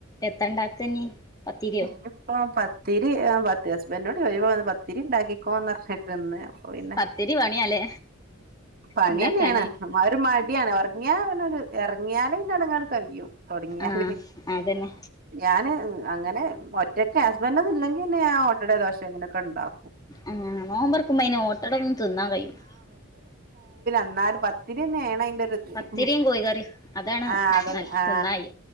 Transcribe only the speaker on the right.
ഇനിപ്പൊ പത്തിരി ആഹ് പത്തി ഹസ്ബന്റിനോട് പോയിച്ചപ്പോ പത്തിരി ഇണ്ടാക്കിക്കോ എന്ന് പറഞ്ഞു <unintelligible> അപ്പൊ പിന്നെ
പണിയന്നെയാണ്
ആ ഒരു മടിയാണ് ഉറങ്ങിയ ഇറങ്ങിയാല് പിന്നെങ്ങട് കയ്യും തുടങ്ങിയാല്
ഞാന് അങ്ങനെ ഒറ്റക്ക്‌ ഹസ്‌ബന്റ് ഒന്നും ഇല്ലെങ്കിൽ പിന്നെ ഞാൻ ഓട്ടട ദോശം അങ്ങനൊക്കെ ഉണ്ടാക്കും
എന്നല് പത്തിരി തന്നെയ ആണ അയിന്റെ ഒ ഒരു ഇത്
ആ അതന്നെ ആ